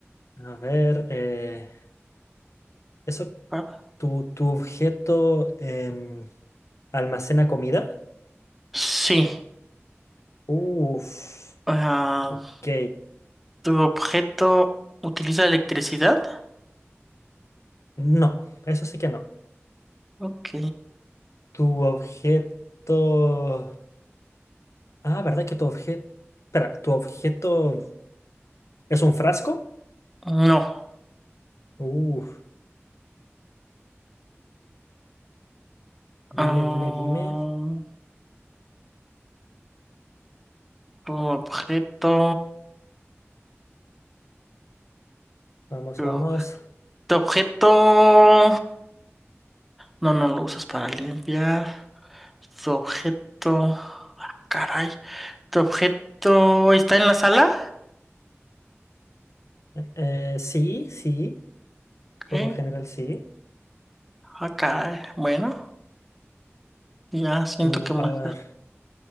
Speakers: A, on the left; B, in the centre.
A: A ver, eh, eso,
B: Ah,
A: tu, tu objeto em, almacena comida.
B: Sí.
A: Uf,
B: ah,
A: ok.
B: ¿Tu objeto utiliza electricidad?
A: No, eso sí que no.
B: Ok.
A: Tu objeto. Ah, ¿verdad que tu objeto. Espera, ¿tu objeto es un frasco?
B: No.
A: Uf, dime,
B: Ah,
A: dime, dime.
B: tu objeto.
A: Vamos,
B: Tu
A: vamos.
B: ob- tu objeto. No, no lo usas para limpiar. Tu objeto. Ah, caray. ¿Tu objeto está en la sala?
A: Eh, eh, sí, sí,
B: Ok.
A: por lo general sí.
B: Ah, caray. Bueno, ya siento
A: Tu,
B: que más.
A: a ver,